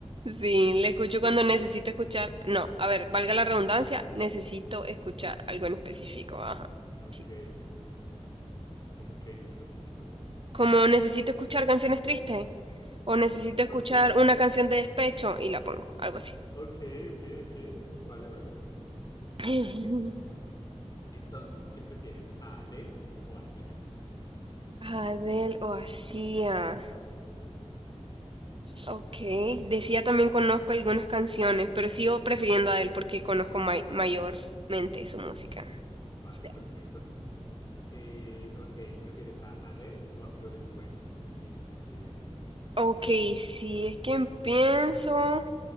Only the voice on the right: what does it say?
Sí, le escucho cuando necesito escuchar. No, a ver, valga la redundancia, necesito escuchar algo en específico. Ajá.
Sí,
Como necesito escuchar canciones tristes o necesito
escuchar
una canción de despecho y la pongo, algo así.
<laughs>
Adele o Sia. Ok. De Sia también conozco algunas canciones, pero sigo prefiriendo a Adele porque conozco may- mayormente su música.
Sí.
Ok, si es que pienso.